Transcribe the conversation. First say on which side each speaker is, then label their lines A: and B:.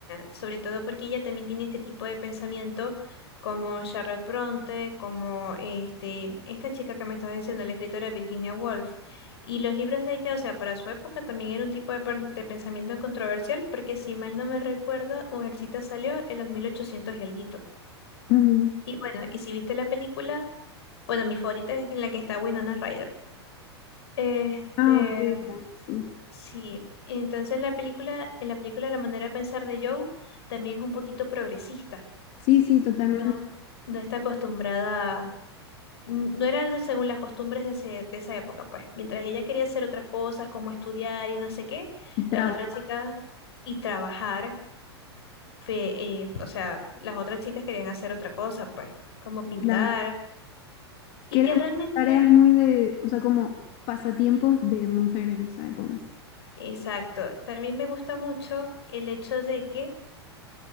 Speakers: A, on the left; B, on the left.
A: sobre todo porque ella también tiene este tipo de pensamiento como Charlotte Bronte, como este, esta chica que me estás diciendo, la escritora Virginia Woolf, y los libros de ella, o sea, para su época también era un tipo de, per- de pensamiento controversial, porque si mal no me recuerdo, Mujercita salió en los 1800 y algo.
B: Ujú.
A: Y bueno, y si viste la película, bueno, mi favorita es en la que está Winona Ryder. Este,
B: Ah, ok, ya, sí.
A: sí, entonces la película, en la película la manera de pensar de Joe también es un poquito progresista.
B: Sí, sí, totalmente.
A: No, no está acostumbrada, a- n- no era algo según las costumbres de, ese- de esa época, pues. Mientras ella quería hacer otras cosas, como estudiar y no sé qué, las
B: Trabajar,
A: otras chicas y trabajar, fe- eh, o sea, las otras chicas querían hacer otra cosa, pues, como pintar,
B: claro.
A: y
B: Que eran
A: que realmente
B: tareas muy de, o sea, como pasatiempos de mujer en esa época.
A: Exacto. También me gusta mucho el hecho de que